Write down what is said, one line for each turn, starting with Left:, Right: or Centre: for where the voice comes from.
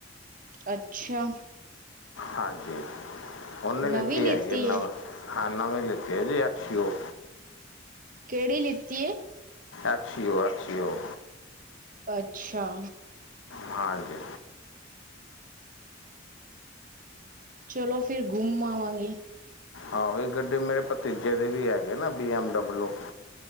Right: ਅੱਛਾ!
Left: ਹਾਂਜੀ, ਉਹਨੇ ਲਿੱਤੀ
Right: ਨਵੀਂ
Left: ਹੈਗੀ
Right: ਏ
Left: ਨਵੇਂ, ਹਾਂ ਨਵੇਂ ਲਿੱਤੇ ਹੈ ਜੀ ਐੱਫ ਸੀ ਓ।
Right: ਕਿਹੜੀ ਲਿੱਤੀ ਏ?
Left: F C O F C O.
Right: ਅੱਛਾ
Left: ਹਾਂਜੀ।
Right: ਚਲੋ ਫਿਰ ਗੁੰਮ ਆਵਾਂਗੇ।
Left: ਆਹੋ ਇਹ ਗੱਡੀ ਮੇਰੇ ਭਤੀਜੇ ਦੇ ਵੀ ਹੈਗੇ ਨਾ B M W.